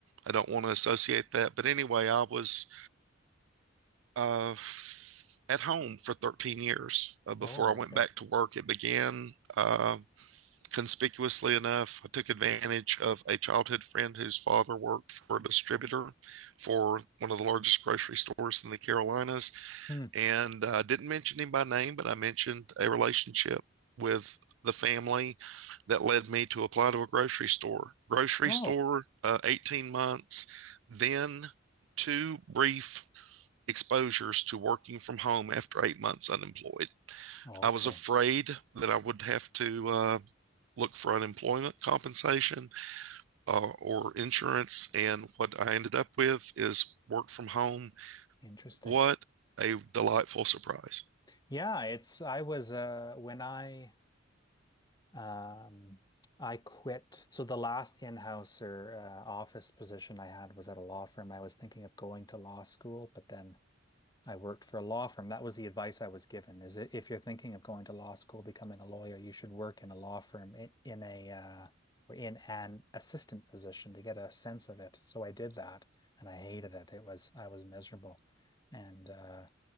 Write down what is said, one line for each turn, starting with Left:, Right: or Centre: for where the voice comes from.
Right: I don't want to associate that, but anyway, I was uh, f- at home for 13 years uh, before
Left: Oh,
Right: I
Left: okay.
Right: went back to work. It began. Uh, Conspicuously enough, I took advantage of a childhood friend whose father worked for a distributor for one of the largest grocery stores in the Carolinas.
Left: Hmm.
Right: And I uh, didn't mention him by name, but I mentioned a relationship with the family that led me to apply to a grocery store. Grocery
Left: Oh,
Right: store, uh, 18 months, then two brief exposures to working from home after eight months unemployed.
Left: okay.
Right: I was afraid that I would have to uh, look for unemployment compensation uh, or insurance. And what I ended up with is work from home.
Left: Interesting.
Right: What a delightful surprise.
Left: Yeah, it's I was uh when I um I quit. So the last in-houser uh, office position I had was at a law firm. I was thinking of going to law school, but then I worked for a law firm. That was the advice I was given. Is it if you're thinking of going to law school, becoming a lawyer, you should work in a law firm in, in a uh or in an assistant position to get a sense of it. So I did that and I hated it. It was I was miserable. And uh